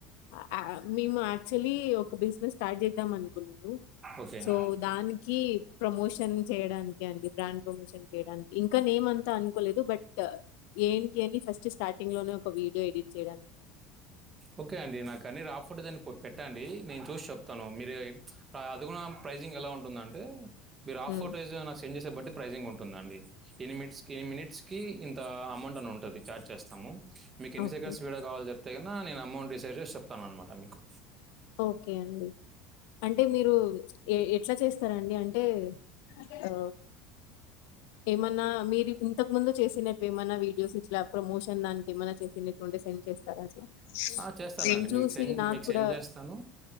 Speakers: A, on the left; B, on the right.
A: అ ఆ ఔ మేము యాక్చువలీ ఒక బిజినెస్ స్టార్ట్ చేద్దాం అనుకున్నాము.
B: ఓకే
A: సో దానికి ప్రమోషన్ చేయడానికి అండి బ్రాండ్ ప్రమోషన్ చేయడానికి ఇంకా నేమ్ అంతా అనుకోలేదు. బట్ ఏంటి అని ఫస్ట్ స్టార్టింగ్ లోనే ఒక వీడియో ఎడిట్ చేయడానికి
B: ఓకే అండి నాకు అన్ని రా ఫొటోస్ అన్ని పో పెట్టండి నేను చూసి చెప్తాను. మీరు ప్చ్ అదుగుడ ప్రైజింగ్ ఎలా ఉంటుందంటే మీరు ఆఫ్
A: హ్మ్.
B: ఫొటోస్ నాకు సెండ్ చేసే బట్టి ప్రైజింగ్ ఉంటుందండి. ఇన్ని మిట్స్ ఇ మినిట్స్కి ఇ త అమౌంట్ అని ఉంటది. చార్జ్ చేస్తాము మీకు ఎన్ని
A: ఓకే.
B: సెకండ్స్ వీడియో కావాలి చెప్పి నా నేను అమౌంట్ డిసైడ్ చేసి చెప్తానమాట మీకు
A: ఓకే అండి అంటే మీరు ఎ ఎట్లా చేస్తారండి? ఎంటే ఆ ఏమన్నా మీరు ఇంతకు ముందు చేసినట్టు ఏమన్నా వీడియోస్ ఇట్లా ప్రమోషన్ దానికి ఏమన్నా చేసినకు సెండ్ చేస్తారా అట్లా
B: ఆ చేస్తానండి
A: నేను చూసి
B: మీకు సెండ్
A: నాకు
B: మీకు
A: కూడా
B: సెండ్ చేస్తాను